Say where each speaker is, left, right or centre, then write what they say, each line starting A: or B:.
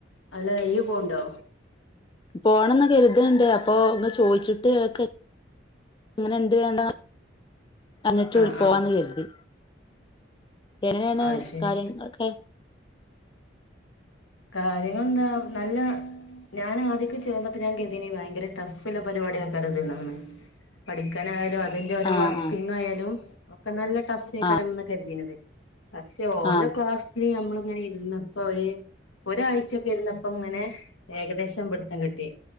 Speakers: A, on the left; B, on the left.
A: അല്ല ഈയും പോവുണ്ടോ
B: പോണംന്ന് കരുത്ണ്ട് അപ്പൊ ഇങ്ങ് ചോയിച്ചിട്ട് ഒക്കെ അങ്ങനെണ്ട് <unintelligible> അന്നിട്ട്
A: ആഹ്
B: പോവാന്ന്
A: ആഹ്
B: കരുതി എങ്ങനെയാണ്
A: അത് ശരി
B: കാര്യങ്ങളൊക്കെ
A: കാര്യങ്ങൾ എന്താ നല്ല ഞാൻ ആദ്യക്ക ചേർന്നപ്പ ഞാൻ കരുതീനി ഭയങ്കര ടഫ്ല്ല്ല പരിവാടി ആക്കാറത് എന്നാണ് പഠിക്കാനായാലും അ അതിന്റെ ഓരോ
B: ആഹ്
A: വർക്കിങ്
B: ആഹ്
A: ആയാലും ഒക്കെ നല്ല ടഫ്അയിക്കാരം
B: ആഹ്
A: ന്നാ കരുതീനത് പക്ഷേ ഓലെ
B: ആഹ്
A: ക്ലാസ്സില് നമ്മള് അങ്ങനെ ഇരുന്നപ്പോര് ഒരാഴ്ചൊക്കെ ഇരുന്നപ്പം ഇങ്ങനെ ഏകദേശം പിടുത്തം കിട്ടി